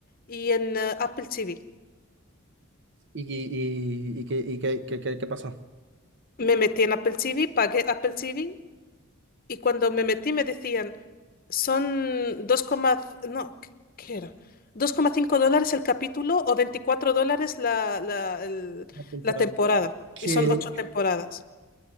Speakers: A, on the left (about 40°); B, on the right (about 55°).
A: y en eh, Apple TV.
B: ¿Y, y, y, y qué, y qué, qué, qué- qué pasó?
A: Me metí en Apple TV, pagué Apple TV y cuando me metí me decían, son dos coma no, ¿qué qué era? dos coma cinco dólares el capítulo o 24 dólares la, la, el-
B: La temporada.
A: la temporada.
B: Que,
A: Y son ocho temporadas.